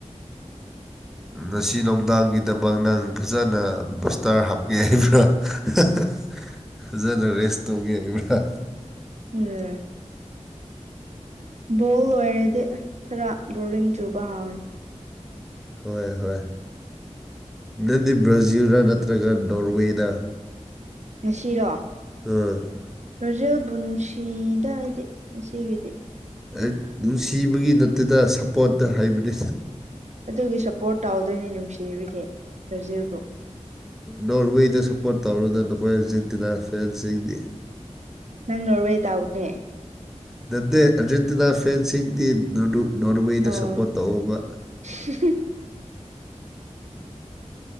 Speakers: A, on the right; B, in the centre.
A: <inaudible>
B: ꯉꯁꯤ ꯅꯣꯛꯗꯥꯡꯒꯤꯗꯃꯛ ꯅꯪ ꯐꯖꯅ ꯕꯨꯁꯇꯔ ꯍꯥꯞꯀꯦ ꯍꯥꯏꯕ꯭ꯔꯥ <unintelligible> ꯐꯖꯅ ꯔꯦꯁ ꯇꯧꯒꯦ ꯍꯥꯏꯕ꯭ꯔꯥ
A: ꯎꯝ ꯕꯣꯜ ꯑꯣꯏꯔꯗꯤ ꯈꯔ ꯕꯣꯔꯤꯡ ꯆꯨꯕ ꯍꯥꯎꯔꯅꯤ
B: ꯍꯣꯏ ꯍꯣꯏ ꯅꯪꯗꯤ ꯕ꯭ꯔꯖꯤꯜꯗ ꯅꯠꯇ꯭ꯔꯒ ꯅꯣꯔꯋꯦꯗ
A: ꯉꯁꯤꯔꯣ
B: ꯎꯝ
A: ꯕ꯭ꯔꯖꯦꯜꯕꯨ ꯅꯨꯡꯁꯤꯗꯥ ꯑꯩꯗꯤ ꯉꯁꯤꯒꯤꯗꯤ
B: ꯑꯩ ꯅꯨꯡꯁꯤꯕꯒꯤ ꯅꯠꯇꯗꯦꯗꯥ ꯁꯞꯄꯣꯔꯠꯅ ꯍꯥꯏꯕꯅꯤ
A: ꯑꯗꯨꯒꯤ ꯁꯞꯄꯣꯔꯠ ꯇꯧꯗꯣꯏꯅꯤ ꯅꯨꯡꯁꯤꯕꯒꯤ ꯄ꯭ꯔꯖꯤꯕꯨ
B: ꯅꯣꯔꯋꯦꯗ ꯁꯞꯄꯣꯔꯠ ꯇꯧꯔꯅ ꯅꯈꯣꯏ ꯑꯥꯔꯖꯦꯟꯇꯤꯅꯥ ꯐꯦꯟꯁꯤꯡꯗꯤ
A: ꯅꯪ ꯅꯣꯔꯋꯦ ꯇꯥꯎꯕꯅꯤ
B: ꯅꯠꯇꯦ ꯑꯔꯖꯦꯟꯇꯤꯅꯥ ꯐꯦꯟꯁꯤꯡꯗꯤ ꯅꯣꯔꯋꯦꯗ
A: ꯑꯣ
B: ꯁꯞꯄꯣꯔꯠ ꯇꯧꯕ
A: <unintelligible>